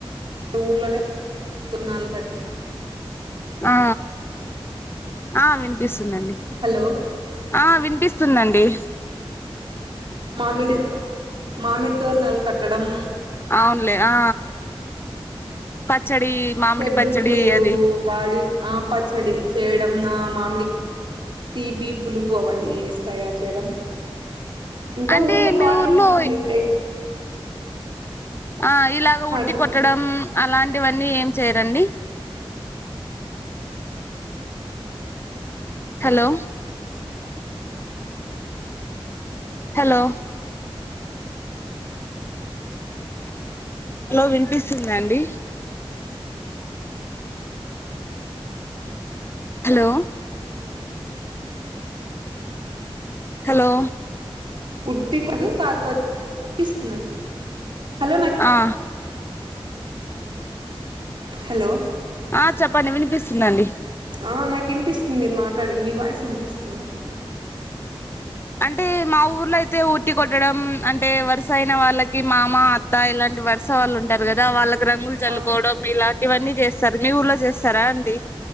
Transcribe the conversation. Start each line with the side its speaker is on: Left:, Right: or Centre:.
Right: ఇ ఊర్లోనే తురునాలు కడ్లి
Left: ఆ ఆ వినిపిస్తుందిండి
Right: హలో!
Left: ఆ వినిపిస్తు వస్తుందండి
Right: మామిడి మామిడితోర్నల్ కట్టడంం
Left: అవునులే ఆ పచ్చడి మామిడి
Right: షేడరుచులు
Left: పచ్చడి
Right: రుచులు
Left: అది
Right: వాడి ఆ పచ్చడి చేయడం మామిడి తీపి పులుపు అవన్నీ ఏసి తయారు చేయడం ఇంకా
Left: అంటే
Right: ఊర్లో
Left: మీ
Right: బానే
Left: ఊర్లో
Right: ఉంటుంది టం
Left: ఆ ఇలాగ ఉట్టి
Right: చెప్పండి.
Left: కొట్టడం అలాంటి లాంటివన్నీ ఏం చేయరండి హలో హలో హలో వినిపిస్తుందండి హలో హలో
Right: ఉట్టికదు కాకపోతేపిస్తుందండి హలో
Left: ఆ
Right: హలో
Left: ఆ చెప్పండి వినిపిస్తుందండి
Right: ఆ నాకు వినిపిస్తుంది మీరు మాట్లాడండి మీ వాయసు వినిపిస్తుంది నాకు
Left: అంటే మా ఊర్లో అయితే ఊటి కొట్టడం అంటే వరుస అయిన వాళ్ళకి మామ అత్తా ఇలాంటి వర్స వాళ్ళు ఉంటారు కదా వాళ్ళకి రంగులు చల్లుకోవడం
Right: ఆ
Left: ఇలాంటివన్నీ చేస్తారు మీ ఊర్లో చేస్తారా అండి